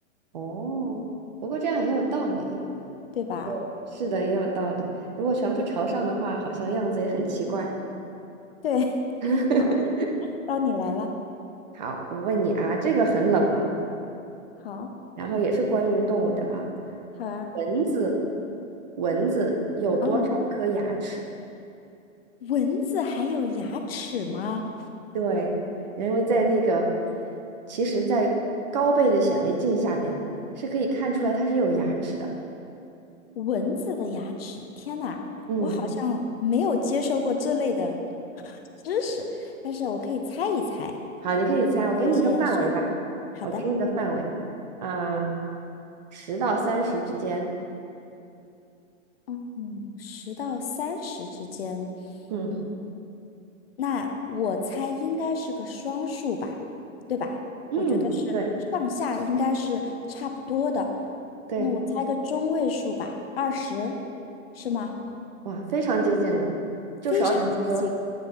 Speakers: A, on the right (about 35°); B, on the left (about 45°).
A: 哦，不过这样也有道理。
B: 对吧？
A: 对，是的，也有道理。如果全部朝上的话，好像样子也很奇怪。
B: 对，
A: <laughs>
B: <laughs> 好，到你来了，
A: 好，我问你啊，这个很冷了。
B: 好，
A: 然后也是关于动物的啊。
B: 好啊，
A: 蚊子，蚊子有多少颗牙齿？
B: 嗯，蚊子还有牙齿吗？
A: 对，因为在那个，其实，在高倍的显微镜下边是可以看出来它是有牙齿的。
B: 蚊子的牙齿，天呐，
A: 嗯，
B: 我好像没有接受过这类的知识，但是我可以猜一猜，
A: 好，你可以猜，
B: 你给我一些选，
A: 我给你一个范围吧，
B: 好的。
A: 我给你一个范围，啊、十到三十之间。
B: 嗯嗯，十到三十之间，
A: 嗯
B: 嗯，那我猜应该是个双数吧，对吧？
A: 嗯，
B: 我觉得是上下应该是差不多的。
A: 对对，
B: 那我猜个中位数吧，二十，是吗？
A: 哇，非常接近了，就少两颗。
B: 非常接近。